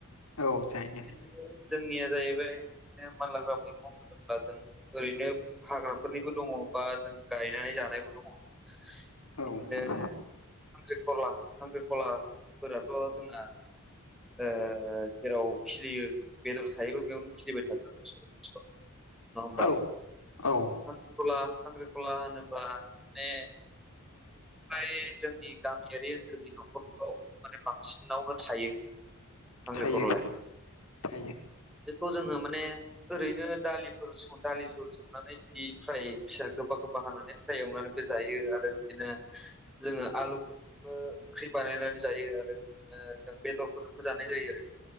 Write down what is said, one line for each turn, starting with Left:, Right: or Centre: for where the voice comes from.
Left: औ जायो
Centre: बिदिनो जोंनिया जाहैबाय मानलाग्रा मैगं होनोब्ला जों ओरैनो हाग्राफोरनिबो दङ बा जों गायनानै जानायबो दङ। बिदिनो
Left: औ
Centre: खांख्रिखला खांख्रिखला फोराथ' जोंना ओ जेराव खिलियो बेदर थायोबो बेयावनो खिलिबाय थागोन बोसोर बोसोर नङा होमबा
Left: औ औ
Centre: खख्रिखला खांख्रिख'ला होनोब्ला माने ओमफ्राय जोंनि गामियारि जोंनि न'खरफ्राव माने बांसिनावनो थायो खांख्रिखरलाया
Left: थायो थायो थायो
Centre: बेखौ जोङो माने ओरैनो दालिफोर स दालि जल स संनानै बिदि फ्राय फिसा गोबा गोबा हानानै फ्राय एवनानैबो जायो आरो बिदिनो जोङो आलुफोर ओ ओंख्रि बानायनानै जायो आरो बिदिनो बेदरफोरजोंबो जानाय जायो आरो